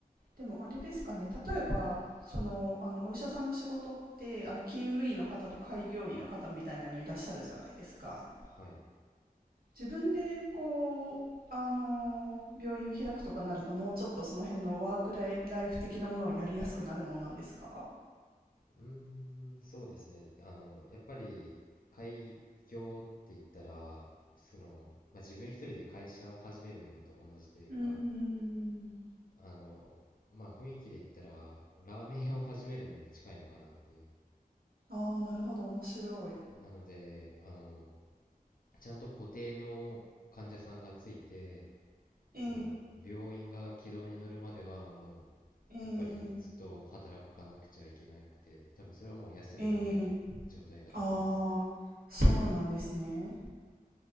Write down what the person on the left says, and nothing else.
ー、はい。
うーん、そうですね。あの、やっぱり、開業って言ったら、その、まあ、自分一人で会社を始めるのと同じというか、
あの、まあ、雰囲気で言ったら、ラーメン屋を始めるのに近いのかなっていう。
なので、あの、ちゃんと固定の患者さんがついて、
その、病院が軌道に乗るまでは、もう、
やっぱりずっと働かなくちゃいけなくて、多分それはもう休みがない状態だと思いますね。